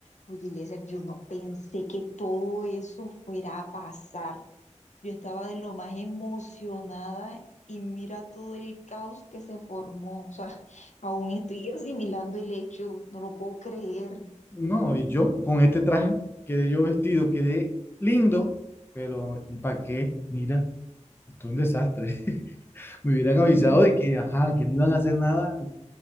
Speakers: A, on the left; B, on the left.
A: Oye, Eliezer, yo no pensé que todo eso fuera a pasar. Yo estaba de lo más emocionada y mira todo el caos que se formó. O sea, <laughs> aún estoy asimilando el hecho, no lo puedo creer.
B: No, y yo con este traje quedé yo vestido, quedé lindo, pero ¿y para qué? Mira, esto es un desastre. <laughs> Me hubieran avisado
A: Mm,
B: de que, ajá, que no iban a hacer nada,